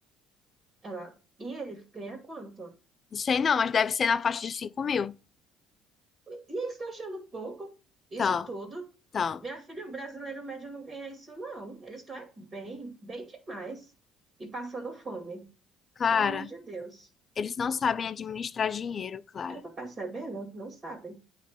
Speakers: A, on the right (about 30°); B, on the left (about 35°).
A: Ela, e ele ganha quanto?
B: Não sei não, mas deve ser na faixa de cinco mil.
A: E eles estão achando pouco isso
B: Então,
A: tudo.
B: então,
A: Minha filha, o brasileiro médio não ganha isso, não. Eles estão é bem, bem demais. E passando fome.
B: Clara,
A: Pelo amor de Deus.
B: eles não sabem administrar dinheiro, Clara.
A: Eu tô percebendo, não sabem.